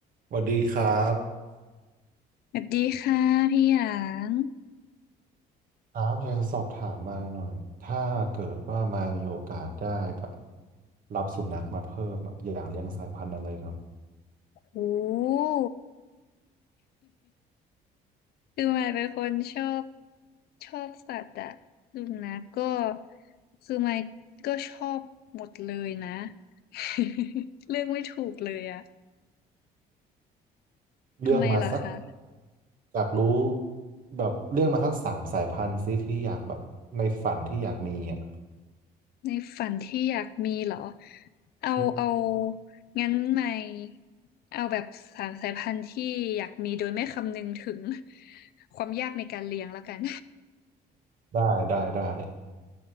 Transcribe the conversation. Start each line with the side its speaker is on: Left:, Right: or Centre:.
Right: สวัสดีครับ
Left: สวัสดีค่ะพี่หยาง
Right: ครับอยากจะสอบถามมายหน่อยถ้าเกิดว่ามายมีโอกาสได้แบบรับสุนัขมาเพิ่มอะอยากเลี้ยงสายพันธุ์อะไรครับ
Left: โอ้คือมายเป็นคนชอบชอบสัตว์อะสุนัขก็คือมายก็ชอบหมดเลยนะ <laughs> เลือกไม่ถูกเลยอะ
Right: เลือกมาสัก
Left: ทำไมเหรอคะ
Right: อยากรู้แบบเลือกมาสักสามสายพันธุ์ซิที่อยากแบบในฝันที่อยากมีอ่ะ
Left: ในฝันที่อยากมีเหรอเอาเอา
Right: อืม
Left: งั้นมายเอาแบบสามสายพันธุ์ที่อยากมีโดยไม่คำนึงถึงความยากในการเลี้ยงแล้วกัน
Right: ได้ได้ได้